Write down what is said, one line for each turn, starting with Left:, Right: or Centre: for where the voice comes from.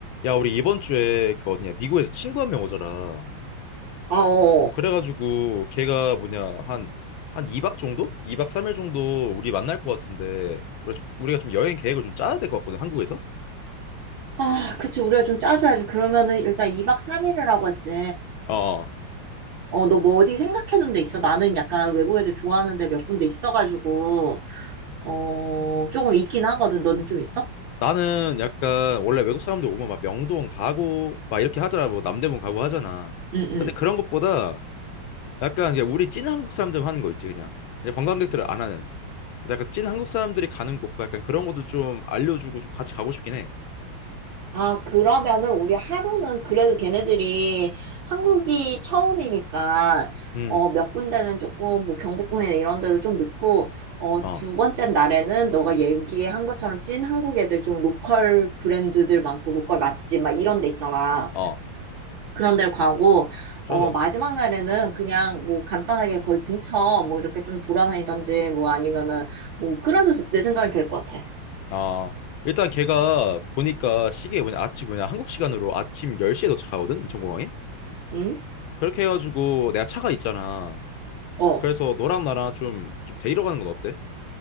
Left: 야, 우리 이번 주에 그 어디냐, 미국에서 친구 한 명 오잖아.
Right: 아, 어.
Left: 그래가지고 걔가 뭐냐, 한, 한 2박 정도? 2박 3일 정도 우리 만날 것 같은데, 우리가 좀, 우리가 좀 여행 계획을 좀 짜야 될 것 같거든, 한국에서?
Right: 아, 그치. 우리가 좀 짜줘야지. 그러면은 일단 2박 3일을 하고 했지.
Left: 어. 어.
Right: 어, 너 뭐 어디 생각해둔 데 있어? 나는 약간 외국 애들 좋아하는데 몇 군데 있어가지고, 어, 조금 있긴 하거든. 너는 좀 있어?
Left: 나는 약간 원래 외국 사람들 오면 막 명동 가고 막 이렇게 하잖아, 뭐 남대문 가고 하잖아.
Right: 응, 응.
Left: 근데 그런 것보다 약간 그냥 우리 찐 한국 사람들 하는 거 있지, 그냥. 그냥 관광객들은 안 하는. 그래서 약간 찐 한국 사람들이 가는 곳과 약간 그런 것도 좀 알려주고 좀 같이 가고 싶긴 해.
Right: 아, 그러면은 우리 하루는 그래도 걔네들이 한국이 처음이니까
Left: 음,
Right: 어, 몇 군데는 조금 뭐 경복궁에 이런 데도 좀 넣고 어,
Left: 어,
Right: 두 번째 날에는 너가 얘기한 것처럼 찐 한국 애들 좀 로컬 브랜드들 많고 로컬 맛집 막 이런 데 있잖아.
Left: 어.
Right: 그런 데를 가고 어,
Left: 좋아, 좋아.
Right: 마지막 날에는 그냥 뭐 간단하게 거기 근처 뭐 이렇게 좀 돌아다니던지 뭐 아니면은 뭐 그래도 내 생각이 될 것 같아.
Left: 아, 일단 걔가 보니까 시계 뭐냐, 아침 뭐냐, 한국 시간으로 아침 10시에 도착하거든, 인천공항에?
Right: 응?
Left: 그렇게 해가지고 내가 차가 있잖아.
Right: 어.
Left: 그래서 너랑 나랑 좀, 좀 데리러 가는 건 어때?